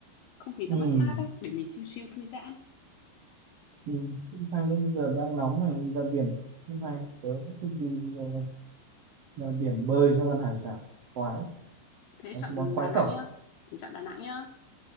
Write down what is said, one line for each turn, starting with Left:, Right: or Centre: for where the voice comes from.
Left: không khí
Right: ừ,
Left: nó mát mát ấy để mình chill chill thư giãn.
Right: ừ cũng hay đấy bây giờ đang nóng này đi ra biển cũng hay tớ cũng thích đi ờ, ra biển bơi xong ăn hải sản khoái lắm.
Left: Thế
Right: Đấy,
Left: chọn
Right: cái món khoái
Left: Đà Nẵng
Right: khẩu
Left: nhá. Thế chọn Đà Nẵng nhá.